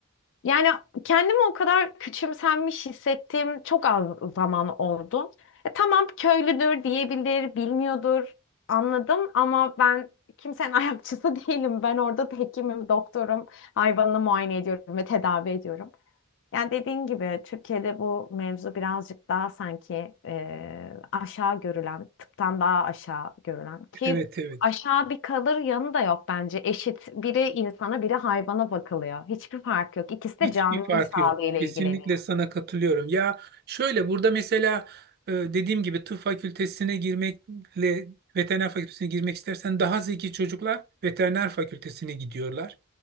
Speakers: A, on the left (about 60°); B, on the right (about 45°).
A: Yani kendimi o kadar küçümsenmiş hissettiğim çok az zaman oldu. E, tamam köylüdür diyebilir, bilmiyordur, anladım ama ben kimsenin <laughs> ayakçısı değilim. Ben orada hekimim, doktorum, hayvanını muayene ediyorum ve tedavi ediyorum. Yani dediğin gibi Türkiye'de bu mevzu birazcık daha sanki e, aşağı görülen, tıptan daha aşağı görülen ki
B: evet evet.
A: Aşağı bir kalır yanı da yok bence. Eşit biri insana biri hayvana bakılıyor. Hiçbir fark yok. İkisi
B: Hiçbir
A: de canlının
B: farkı
A: sağlığıyla
B: yok. Kesinlikle
A: ilgileniyor.
B: sana katılıyorum. Ya şöyle burada mesela e, dediğim gibi tıp fakültesine girmekle veteriner fakültesine girmek istersen daha zeki çocuklar veteriner fakültesine gidiyorlar.